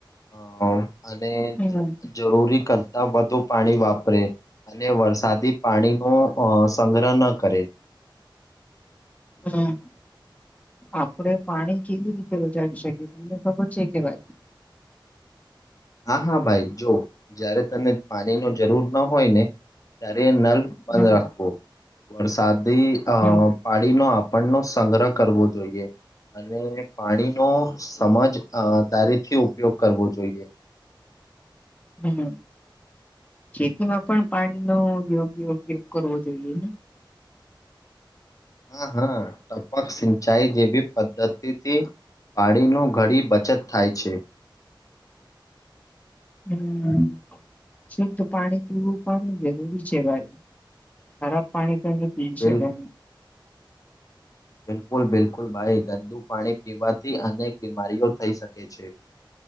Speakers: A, on the left; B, on the left.
A: અ અને
B: હમ
A: જરૂરી ક નાબધુ પાણી વાપરે અને વરસાદી પાણી ન અ સંગ્રહના કર
B: હમ આપડે પાણી કેવી રીતે બચાવી શકીએ તમને ખબર છે કે ભાઈ
A: હા હા ભાઈ જો જયારે તને પાણી ન જરૂર ન હોય ને ત્યારે નલ બંધ
B: હમ
A: રાખવુ વરસાદી અ
B: હમ
A: પાડી ન આપવુ પણ નો સંગ્રહ કરવો જોઈએ અને પાણીનોો સમજ દારીથી ઉપયોગ કરવો જોઈએ
B: હું ખેતરમાં પણ પાણીનો યોગ્ય ઉપયોગ કરવો જોઈએ ને
A: હા હા ટપક સિંચાઈ જેવી પદ્ધતિથી પાણીનો ઘડી બચત થાય છે
B: <inaudible> હમ શુદ્ધ પાણી પીવું પણ જરૂરી છે ભાઈ ખરાબ પાણી તો પી
A: બિલ
B: શકાય
A: બિલકુલ બિલકુલ ભાઈ ગંદુ પાણી પીવાથી અનેક બીમારીઓ થઈ શકે છે